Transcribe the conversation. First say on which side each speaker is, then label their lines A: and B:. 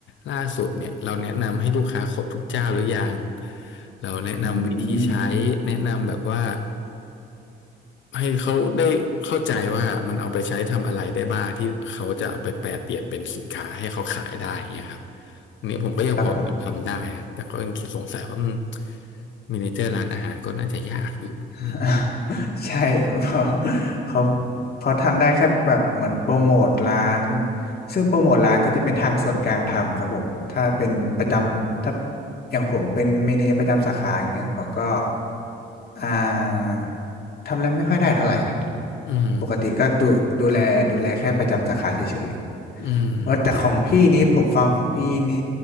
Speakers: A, on the left; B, on the left.
A: ล่าสุดเนี่ยเราแนะนำให้ลูกค้าครบทุกเจ้าหรือยังเราแนะนำวิธีใช้แนะนำแบบว่า
B: อืม
A: ให้เขาได้เข้าใจว่ามันเอาไปใช้ทำอะไรได้บ้างที่เขาจะเอาไปแปลเปลี่ยนเป็นสินค้าให้เขาขายได้อย่างเงี้ยครับอันนี้ผมก็ยังพอทำได้นะแต่ก็ยังคิดสงสัยว่าม
B: ครับผม
A: เมเนเจอร์ร้านอาหารก็น่าจะยากอยู่อืม
B: <laughs> ใช่เพราะเพราะเพราะทำได้แค่แบบเหมือนโปรโมทร้านซึ่งโปรโมทร้านก็จะเป็นทางส่วนกลางทำครับผมถ้าเป็นประจำถ้าอย่างผมเป็นเมเนประจำสาขาอย่างเงี้ยเขาก็อ่าทำอะไรไม่ค่อยได้เท่าไหร่
A: อืม
B: ปกติก็ดูดูแลดูแลแค่ประจำสาขาเฉยๆว่าแต่ของพี่นี้ผมฟังของพี่นี่
A: อืม